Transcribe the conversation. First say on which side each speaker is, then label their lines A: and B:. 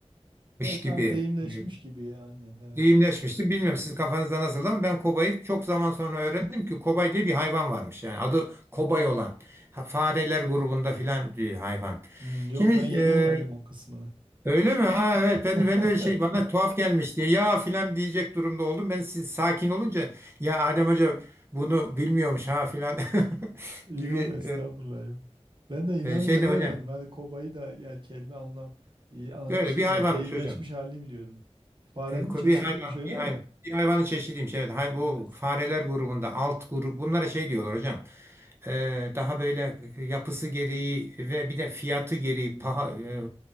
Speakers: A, on the right; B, on the right.
A: Evet
B: gibi
A: abi deyimleşmiş
B: e,
A: gibi ya aynen evet.
B: deyimleşmiştim. Bilmiyorum sizin kafanızda nasıl ama ben kobayı çok zaman sonra öğrendim ki kobay diye bir hayvan varmış. Yani adı kobay olan. Ha, fareler grubunda filan bir hayvan.
A: Hmm, yok
B: Şimdi
A: ben yeni
B: e,
A: öğrendim o kısmını.
B: öyle mi? Ha evet ben
A: <laughs>
B: ben de öyle şey bana tuhaf gelmiş diye ya filan diyecek durumda oldum. Ben siz sakin olunca ya Adem Hoca bunu bilmiyormuş ha filan <laughs>
A: Yok
B: gibi
A: estağfurullah yok. Ben de inanın
B: e, e, şeyde
A: yeni
B: hocam.
A: öğrendim. Hani kobayı da yani kelime anlam i- a-
B: Böyle
A: şeyle
B: bir hayvanmış
A: deyimleşmiş
B: hocam.
A: halini biliyordum. Farenin
B: E, ko-
A: çeşidiymiş
B: Bir hayvan,
A: öyle
B: bir hayvan,
A: mi?
B: bir hayvanın çeşidiymiş. Evet, hay,
A: Evet.
B: bu fareler grubunda, alt grup, bunlara şey diyorlar hocam. E, daha böyle yapısı gereği ve bir de fiyatı gereği paha, e,